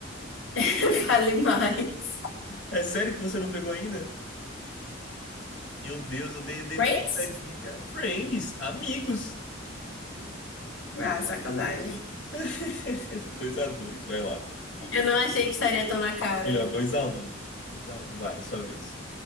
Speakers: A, on the left (about 85°); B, on the left (about 60°).
A: <laughs> Fale mais.
B: É sério que você não pegou ainda? Meu Deus, eu dei, dei
A: Friends?
B: a dica. Friends, amigos.
A: Ah, sacanagem.
B: <laughs> Dois a dois, vai lá.
A: Eu não achei que estaria tão na cara.
B: Melhor, dois a um, dois a um, vai, sua vez.